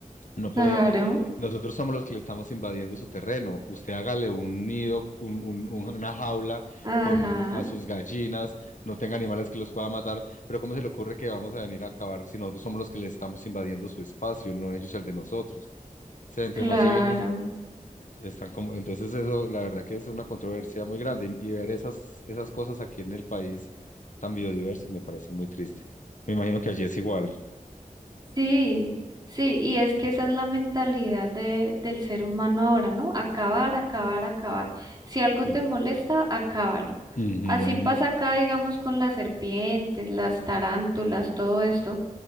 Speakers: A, on the left; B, on the right.
A: No pueden,
B: claro.
A: nosotros somos los que le estamos invadiendo su terreno. Usted hágale un nido, un- un- un- una jaula
B: Ajá,
A: con a sus gallinas, no tenga animales que los pueda matar, pero ¿cómo se le ocurre que vamos a venir a acabar si nosotros somos los que le estamos invadiendo su espacio, no ellos el de nosotros? O sea, entre
B: claro,
A: más lleguemos, están como, entonces eso, la verdad que es una controversia muy grande y, y ver esas, esas cosas aquí en el país tan biodiverso me parece muy triste. Me imagino que allí es igual.
B: sí, sí, y es que esa es la mentalidad de, del ser humano ahora, ¿no? Acabar, acabar, acabar. Si algo
A: Sí.
B: te molesta, acábalo.
A: Ujú.
B: Así pasa acá, digamos, con las serpientes, las tarántulas, todo esto.